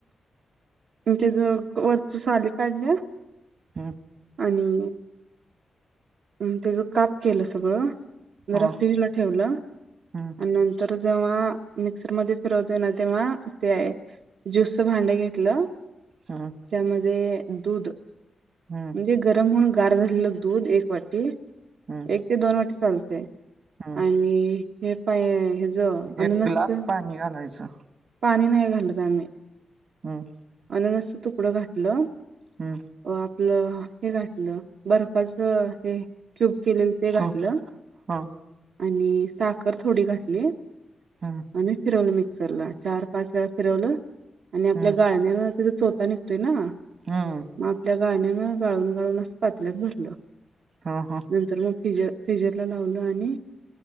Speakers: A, on the right; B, on the right.
A: अन् तेज वरचं साली काढल्या
B: हम.
A: आणि अन त्याज काप केलं सगळं जरा
B: हा
A: फ्रीजला ठेवलं
B: हम्म
A: आणि नं तर जेव्हा मिक्सरमध्ये फिरवतय ना तेव्हा ते ज्यूसचं भांड घेतलं
B: हां
A: त्यामध्ये दूध
B: हम्म.
A: ते गरम होऊन गार झालेलं दूध एक वाटी
B: हम्म
A: एक ते दोन वाटी चालतंय
B: हम्म
A: आणि हे पाय हेज अननसच
B: एक ग्लास पाणी घालायचं
A: पाणी नाही घालतं आम्ही
B: हम.
A: अननसचं तुकडं घातलं
B: हम.
A: अ आपलं हे घातलं बर्फाच हे क्यूब केलेलं ते
B: तो
A: घातलं
B: ह
A: आणि साखर थोडी घातली
B: हम.
A: आणि फिरवलं मिक्सरला चार पाच वेळा फिरवलं आणि आपल्या
B: हम्म
A: पाळण्याला त्याचा चोथा निघतोय ना
B: हम्म.
A: मग आपल्या गाळणीन गाळून गाळून असं पातील्यात भरलं
B: हा हा.
A: नंतर मग फिजर फ्रिजरला लावलं आणि